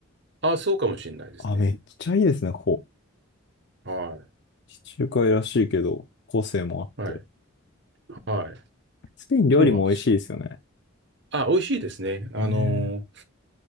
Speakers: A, on the right (about 55°); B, on the left (about 55°).
A: あ、そうかもしれないですね。
B: あ、めっちゃいいですね、ここ。
A: は
B: 地中海らしいけど、個性もあって。
A: い。はい。はい。
B: スペイン料理も美味しいですよね。
A: そうなんですよ。あ、美味しいですね。あの、
B: ねえ。